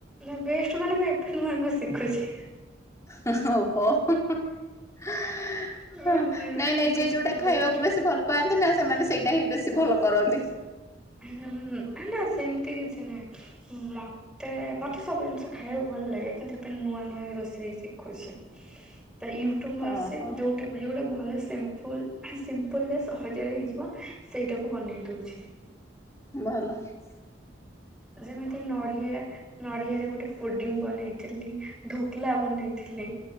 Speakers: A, in the centre; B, on the left (about 15°).
A: ନା ବେଷ୍ଟ ମାନେ ମୁଁ ଏ ବେ ମାନେ ଶିଖୁଛି।
B: ହଁ ହା ହଁ ଓହୋ
A: ଏବେ
B: ହଁ
A: ନୂଆ ନୂଆ
B: ନାଇଁ
A: ଶିଖୁଛି
B: ନାଇଁ ଯିଏ ଯୋଉଟା
A: ତ
B: ଖାଇବାକୁ
A: ବେଷ୍ଟ
B: ବେସି ଭଲ ପାଆନ୍ତି ନା ସେମାନେ ସେଇଟା ହିଁ ବେଶୀ ଭଲ କରନ୍ତି।
A: ହୁଁ ହେଲା ସେମିତି କିଛି ନାହିଁ ମ ତେ ମତେ ସବୁ ଜିନିଷ ଖାଇବାକୁ ଭଲ ଲାଗେ କିନ୍ତୁ ଏପ ନୂଆ ନୂଆ ରୋଷେଇ ଶିଖୁଛି। ତ ୟୁଟ୍ୟୁବୁ ମାରୁଚି
B: ଓହୋ।
A: ଯୋଉ ଟା ଭିଡ଼ିଓ ଡା ଭଲ ସିମ୍ପଲ୍ ସିମ୍ପଲରେ ସହଜରେ ହେଇଯିବ ସେଇଟାକୁ ବନେଇ ଦୋଉଛି।
B: ଭଲ ହେଲା।
A: ଯେମିତି ନଢ଼ିଆ ନଡିଆରେ ଗୋଟେ ଫୁଡିଙ୍ଗ ବନେଇଥିଲି ଢୋକଲା ବନେଇଥିଲି।